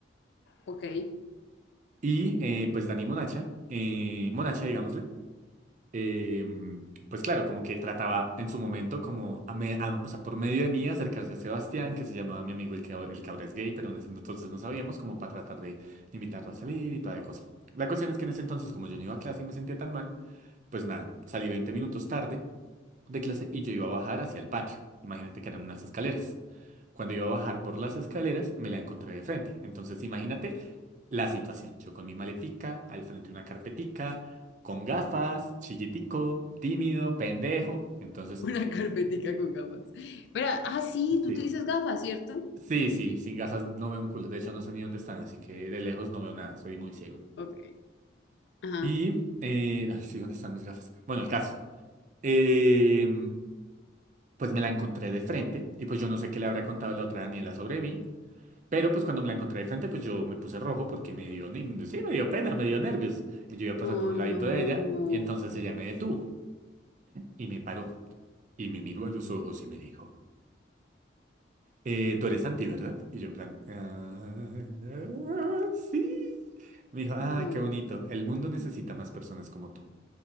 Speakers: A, on the left (about 70°); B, on the right (about 40°).
A: Ok, <laughs>
B: Y eh, pues Dani Monacha, eh, Monacha, digámosle, eh, pues claro, como que trataba en su momento, como, a me- a- o sea, por medio de mí, acercarse a Sebastián, que se llamaba mi amigo el que, el que ahora es gay, pero en ese entonces no sabíamos, como para tratar de invitarla a salir y toda de cosa. La cuestión es que en ese entonces, como yo no iba a clase y me sentía tan mal, pues nada, salí 20 minutos tarde. de clase y yo iba a bajar hacia el patio. Imagínate que eran unas escaleras. Cuando iba a bajar por las escaleras, me la encontré de frente. Entonces, imagínate la situación. Yo con mi maletica, al frente una carpetica, con gafas, chiquitico, tímido, pendejo. Entonces,
A: una carpetica con gafas. Espera, ah, sí, tú
B: sí.
A: utilizas gafas, ¿cierto?
B: Sí, sí, sin gafas no veo un culo. De hecho, no sé ni dónde están, así que de lejos no veo nada. Soy muy ciego.
A: Ok, ajá.
B: Y, eh, ay, sí, ¿dónde están mis gafas? Bueno, el caso. Eh, pues me la encontré de frente y pues yo no sé qué le habrá contado la otra Daniela sobre mí, Pero pues cuando me la encontré de frente, pues yo me puse rojo porque me dio, ni- sí, me dio pena, me dio nervios. Y Yo iba a pasar
A: Ay,
B: por un ladito
A: no,
B: de ella y entonces ella me detuvo y me paró y me miró a los ojos y me dijo, eh, tú eres Santi, ¿verdad? Y yo en plan, "Ah, sí. Me dijo, ay,
A: no.
B: qué bonito, el mundo necesita más personas como tú.